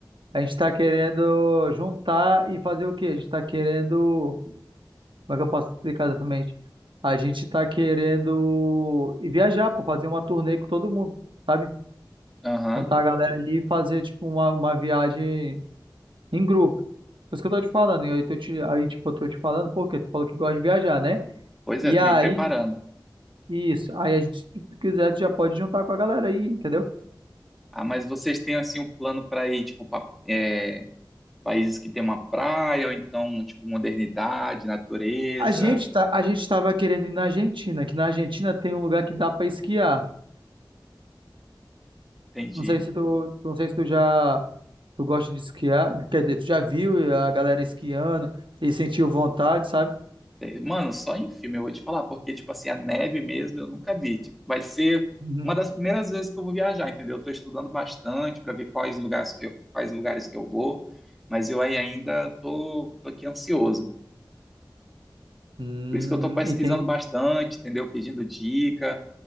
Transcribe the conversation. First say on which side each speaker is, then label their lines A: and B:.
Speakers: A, on the right (about 85°); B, in the centre.
A: A gente está querendo juntar e fazer o quê? A gente está querendo. Como é que eu posso explicar exatamente? A gente está querendo ir viajar para fazer uma turnê com todo mundo, sabe?
B: Aham.
A: Juntar a galera e fazer tipo uma, uma viagem em grupo. Por isso que eu tô te falando. E aí, tô te, aí, tipo, eu tô te falando, porque tu falou que gosta de viajar, né?
B: Pois
A: E
B: é, tô
A: aí,
B: me preparando.
A: isso. Aí a gente, se tu quiser, tu já pode juntar com a galera aí, entendeu?
B: Ah, mas vocês têm assim um plano para ir, tipo, pa- é, países que tem uma praia, ou então, tipo, modernidade, natureza?
A: A gente tá, a gente tava querendo ir na Argentina, que na Argentina tem um lugar que dá para esquiar.
B: Entendi.
A: Não sei se tu, não sei se tu já tu gosta de esquiar, quer dizer, tu já viu a galera esquiando e sentiu vontade, sabe?
B: É, Mano, só em filme eu vou te falar, porque, tipo assim, a neve mesmo eu nunca vi. Tipo, vai ser
A: Uhum.
B: uma das primeiras vezes que eu vou viajar, entendeu? Eu tô estudando bastante para ver quais lugares que eu, quais lugares que eu vou, mas eu aí ainda tô, tô aqui ansioso.
A: Hum,
B: Por isso que eu tô pesquisando
A: entendi.
B: bastante, entendeu? Pedindo dica,